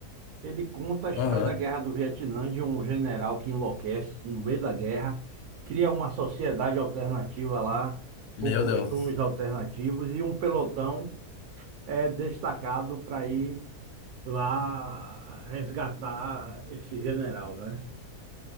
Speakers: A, on the right (about 70°); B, on the left (about 85°).
A: Ele conta a história
B: Aham.
A: da Guerra do Vietnã, de um general que enlouquece no meio da guerra, cria uma sociedade alternativa lá,
B: Meu
A: com costumes
B: Deus,
A: alternativos, e um pelotão é destacado para ir lá resgatar esse general, né?